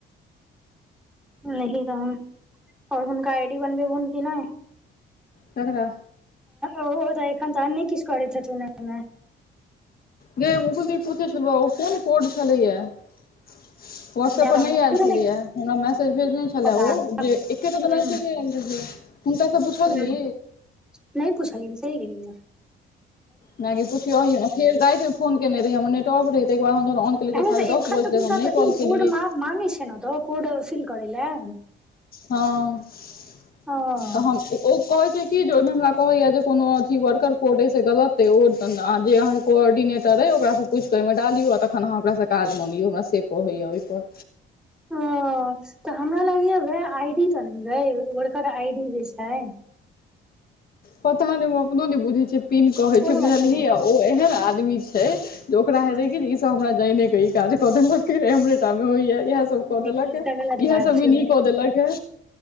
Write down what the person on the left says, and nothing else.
ककरा
गे मुकुल दीदी पूछै छललब ओ कोन कोड छलैय व्हाट्सऐप
पर
नहि आयल
छलै ह हमरा मैसेज भेजने छले
ओ जे एकेटा
मैसेजे आयल रहय हुनका सँ पुछलन्हि
माय गेय पुछियो फेर राति मे फोन केने रहि हमर नेट ऑफ रहै तहिकर बाद हम तऽ
साढ़े
दस बजे
तक हम नहि
कॉल केलियै
हँ तऽ
हम ओ कहै छै कि जे ओहिमे हमरा कहैया जे कोनो अथी वर्कर कोड सऽ गलत अे ओ जे अहाँ कोऑर्डिनेटर हइ ओकराँ पुछ कऽ ओहिमे डालियौ आ तखन अहाँ ओकरासँ काज मङगियौ हमरा से कहैए ओहिपर
पता नहि अपनो ने बुझे छै पिन् कहे
छै बुझलहि
आ ओ एहन आदमी छै जे ओकरा
हेते की हमरा जाय नहि के ई काज क देलक तेय हमरे टा मे होइय इ सब कऽ
देलक
है
इह
सब
भी न कऽ देलक है